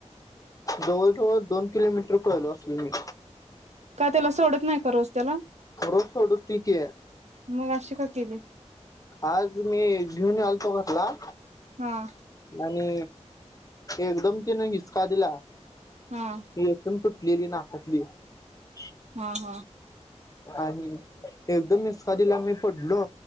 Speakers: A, on the left; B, on the right.
A: जवळ जवळ दोन किलोमीटर पळलो असलं मी.
B: का त्याला सोडत नाही का रोज त्याला?
A: रोज सोडत ती की
B: मग अशी का केली?
A: आज मी घेऊन यायलतो घरला.
B: हा.
A: आणि एकदम तिने हिसका दिला.
B: हा
A: <unintelligible> लेली <unintelligible>
B: हा हा.
A: आणि एकदम हिसका दिला मी पडलो.